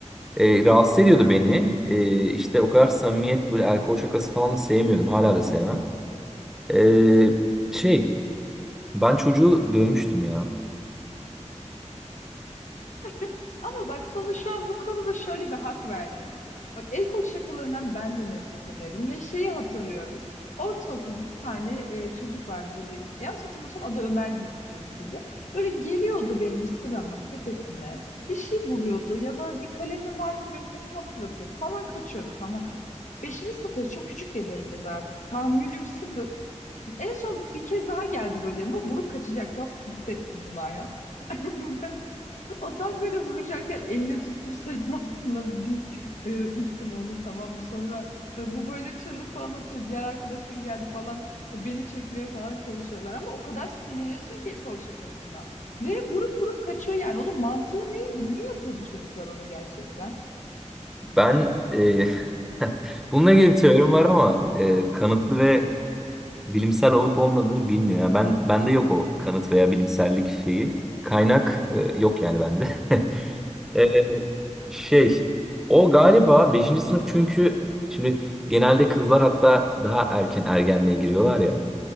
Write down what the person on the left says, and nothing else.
<laughs> Ama bak sana şu an bu konuda şöyle bir hak verdim. Bak el kol şakalarından ben de nefret ederim ve şeyi hatırlıyorum. Ortaokulda bir tane e, çocuk vardı böyle yanlış hatırlamıyorsam adı Ömer gibi birisiydi. Böyle geliyordu benim sıramın tepesine bir şey vuruyordu ya da bir kalemi varsa benim kafama fırlatıyordu falan kaçıyordu tamam mı? Beşinci sınıfta çok küçük de değiliz artık. Tahammülüm sıfır. En son bir kez daha geldi böyle yanıma vurup kaçacak tamam hissettim bunu ya. <laughs> O tam böyle vuracakken eline tuttum sarının altına bir e, ittim onu tamam mı? Sonra e, bu böyle çalıp falan atıyor. Diğer arkadaşları geldi falan e, beni çekmeye falan çalışıyorlar. Ama o kadar sinirleniyorsun ki el kol şakasına. Ve vurup vurup kaçıyor yani. Onun mantığı neydi? Niye yapıyordu çocuklar onu gerçekten?